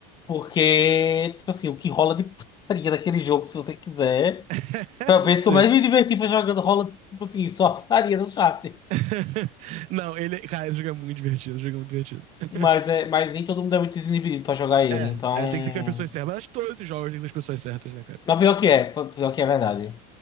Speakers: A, on the left (about 20°); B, on the right (about 35°).
A: porque, tipo assim, o que rola de putaria daquele jogo, se você quiser.
B: <laughs>
A: Pra ver
B: Sim.
A: se eu mais me diverti foi jogando rola, tipo assim, só a putaria no chat.
B: <laughs> Não, ele. Cara, esse jogo é muito divertido. Esse jogo é muito divertido. <laughs>
A: Mas, é, mas nem todo mundo é muito desinibido pra jogar ele,
B: É,
A: então.
B: é, tem que ser com as pessoas certas. Mas acho que todos esses jogos tem que ser com as pessoas certas, né, cara?
A: Mas pior que é, pior que é verdade.